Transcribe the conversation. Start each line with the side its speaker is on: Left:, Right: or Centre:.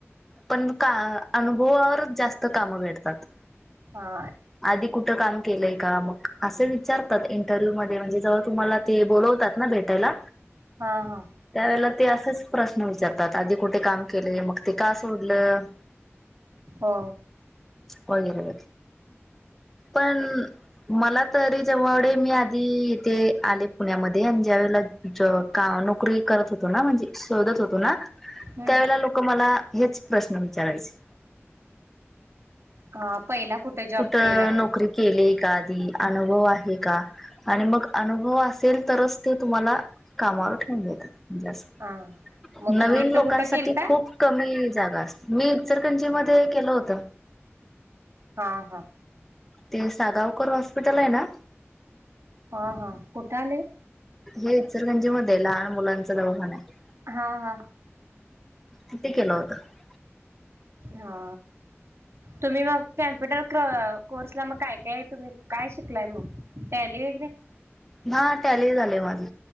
Centre: पण का अनुभवावर जास्त कामं भेटतात
Right: हा
Centre: आधी कुठं काम केलंय का मग असे विचारतात इंटरव्ह्यूध्ये म्हणजे जेव्हा तुम्हाला ते बोलवतात ना भेटायला
Right: हा हा
Centre: त्यावेेळेला ते असेच प्रश्न विचारतात आधी कुठे काम केले मग ते का सोडलं
Right: हो
Centre: हो ग पण मला तरी जववडे मी आधी इथे आले पुण्यामध्ये आणि ज्यावेळेला ज का नोकरी करत होतो ना म्हणजे शोधत होतो ना
Right: हम्
Centre: त्यावेळे लोक मला हेच प्रश्न विचारायचे
Right: हा पहिला कुठे जॉब
Centre: कुठं
Right: केला आहे
Centre: नोकरी केले का आधी अनुभव आहे का आणि मग अनुभव असेल तरच ते तुम्हाला कामावर ठेवून देतात
Right: हा मग
Centre: नवीन
Right: तुम्ही इथं
Centre: लोकांसाठी
Right: कुठं गेलता
Centre: खूप कमी जागा अस मी इचलकरंजीध्ये केलं होतं
Right: हा हा
Centre: ते सागावकर हॉस्पिटल आहे ना
Right: हा हा कुठेले
Centre: हे इचलकरंजी मध्ये लहान मुलांच दवखाान आहे
Right: हा हा
Centre: तिथे केलं होतं
Right: हा तुम्ही मग कॉम्प्युटर कोर्स ला मग काय काय तुम्ही काय शिकलाय मग टॅले वगैरे.
Centre: हा कॅरी झालंय माझं.